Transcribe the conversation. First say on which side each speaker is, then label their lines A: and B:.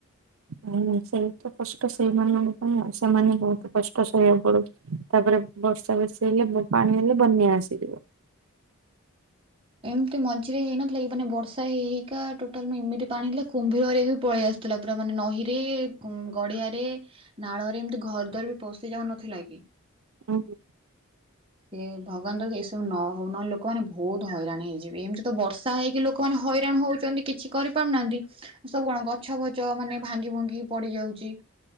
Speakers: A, on the right; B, on the right.
A: ହଁ! ସେଇ ତ କଷ୍ଟ, ସେଇମାନଙ୍କ ପାଇଁ ଆଉ ସେମାନେ ବହୁତ କଷ୍ଟ ସହିବାକୁ ପଡୁଚି। ତାପରେ ବର୍ଷା ବେଶୀ ହେଲେ ପାଣି ହେଲେ ବନ୍ୟା ଆସିଯିବ।
B: ଏମିତି ମଝିରେ ହେଇନଥିଲା କି ମାନେ ବର୍ଷା ହେଇ ହେଇକା ଟୋଟାଲ ଏମିତି ପାଣି ହେଲା କୁମ୍ଭୀର ହେରିକା ସବୁ ପଳିଆସି ଥିଲା ପୁରା ମାନେ ନହି ରେ ଗଡିଆରେ। ନାଳରେ ଏମିତି ଘର ଦର ବି ପଶି ଯାଉନଥିଲା କି?
A: ହୁଁ ହୁଁ।
B: ସେ ଭଗବାନ ଦୟାରୁ ଏସବୁ ନ ହଉ ନହେଲେ ଲୋକ ମାନେ ବହୁତ ହଇରାଣ ହେଇଯିବେ, ଏମିତି ତ ବର୍ଷା ହେଇକି ଲୋକ୍ ଲୋକମାନେ ହଇରାଣ ହଉଛନ୍ତି କିଛି କରିପାରୁନାହାନ୍ତି। ସବୁ କଣ ଗଛ-ଫଛ ମାନେ ଭାଙ୍ଗି-ଭୁଙ୍ଗି ପଡି ଯାଉଛି।